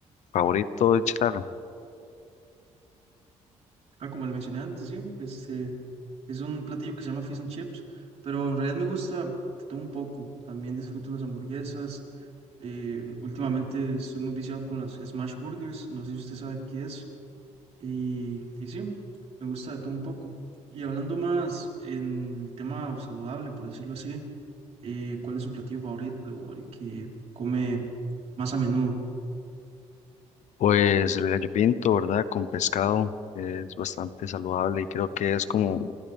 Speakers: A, on the left; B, on the right.
A: favorito de chatarra?
B: Ah, como le mencioné antes, sí, este es un platillo que se llama fish and chips, pero en realidad me gusta de todo un poco. También disfruto las hamburguesas. eh, últimamente estoy muy viciado con las smash burgers, no sé si usted sabe qué es. Y, y sí, me gusta de todo un poco. Y hablando más en el tema saludable, por decirlo así, eh, ¿cuál es su platillo favorito o el que come más a menudo?
A: Pues el gallo pinto, ¿verdad? Con pescado es bastante saludable y creo que es como